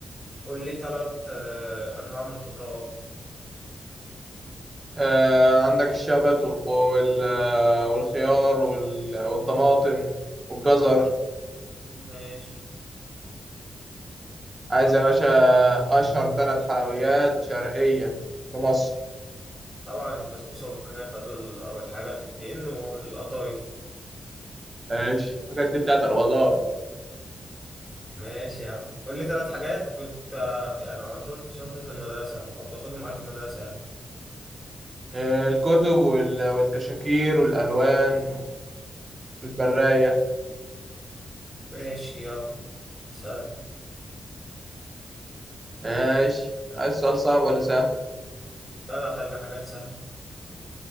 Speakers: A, in the centre; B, on the right.
A: قول لي تلات آه، أنواع من الخضروات
B: آه عندك الشبت والخ... وال... آه، والخيار وال... والطماطم والجزر
A: ماشي
B: عايز
A: آه،
B: يا باشا أشهر ثلاث حلويات شرقية في مصر
A: طبعا البسبوسة والكنافة دول أول حاجات اتنين والقطايف
B: ماشي الحاجات دي بتاعت رمضان
A: ماشي يا عم قول لي تلات حاجات بت آه، يعني على طول في شنطة المدرسة أو بتاخدهم معاك المدرسة يعني.
B: آه، الكتب وال- والكشاكير والألوان والبراية
A: ماشي يلا سأل
B: ماشي عايز سؤال صعب ولا سهل؟
A: لا لا خلينا حاجات سهلة